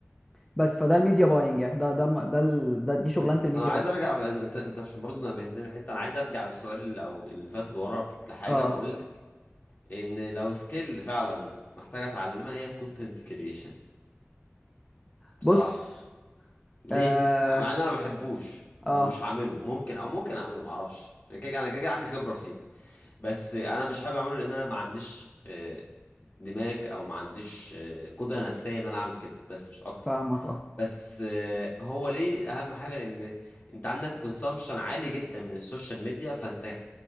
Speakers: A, in the centre; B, on the left (about 40°).
A: بس فده الميديا باينج يعني ده ده ده, ده, ده دي شغلانه
B: انت
A: الميديا
B: انا عايز
A: باينج
B: ارجع ب... انت انت عشان برضه نبهتني الحته انا عايز ارجع بالسؤال اللي او اللي فات لورا لحاجه
A: اه
B: واقول لك ان لو سكيل فعلا محتاجة اتعلمها هي الكونتنت كرييشن بصراحة
A: بص
B: ليه
A: اه
B: مع ان انا ما بحبوش
A: اه
B: ومش هعمله ممكن او ممكن اعمله ما اعرفش انا كده انا كده كده عندي خبرة فيه بس انا مش حابب اعمله لان انا ما عنديش آه، دماغ او ما عنديش آه، قدرة نفسية ان انا اعمل كده بس مش اكتر
A: فاهمك اه
B: بس آه، هو ليه اهم حاجه لان انت عندك كونسامشن عالي جدا من السوشيال ميديا فانت